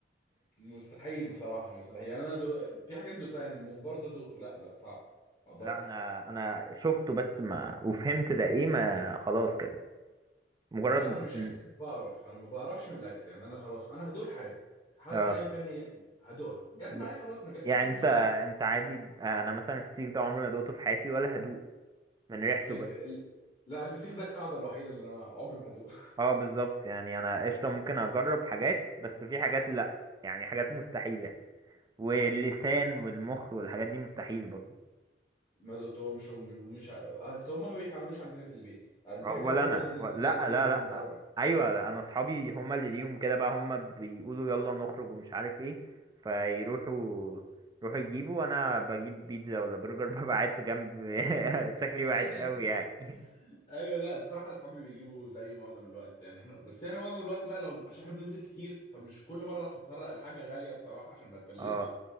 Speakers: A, on the left; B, on the right.
A: مستحيل بصراحه مستحيل
B: اه
A: يعني انا دو... في حاجات دوقتها يعني الممبار ده دوقته لا لا صعب ما اقدرش
B: لا انا انا شفته بس ما وفهمت ده ايه ما خلاص كده مجرد
A: لا انا مش
B: إن-
A: فكره بقرف انا ما بقرفش من الاكل يعني انا خلاص انا هدوق الحاجه ح- ايا
B: اه
A: كان هي ايه هدوقها جت
B: ي-
A: معايا خلاص ما جاتش
B: يعني
A: مش مشكله
B: انت انت عادي انا مثلا الفسيخ ده عمري ما دقته في حياتي ولا هدوق من ريحته
A: الف...
B: بس
A: ال... لا الفسيخ ده القاعده الوحيده اللي انا عمري ما هدوق
B: اه بالظبط يعني انا قشطه ممكن اجرب حاجات بس في حاجات لا يعني حاجات مستحيله واللسان والمخ والحاجات دي مستحيل برضه
A: ما دقتهمش وم- ومش ع- اصل هم ما بيتعملوش عندنا في البيت أصل دي حاجات
B: ولا
A: معظم
B: انا
A: الناس
B: و-
A: بتلاقيها
B: لا
A: بتجيبها
B: لا
A: من
B: لا
A: بره
B: ايوه انا اصحابي هما اللي ليهم كده بقى هما بيقولوا يلا نخرج ومش عارف ايه فيروحوا يروحوا يجيبوا وانا بجيب بيتزا ولا برجر <laughs> ببقى قاعد في جنب <laughs> شكلي
A: <laughs>
B: وحش قوي يعني
A: ايوه لا بصراحه اصحابي بيجيبوا زي معظم الوقت يعني احنا بس احنا معظم الوقت بقى لو عشان احنا بننزل كتير فمش كل مره تتطرق لحاجه غاليه بصراحه عشان
B: <laughs>
A: ما تفلش
B: اه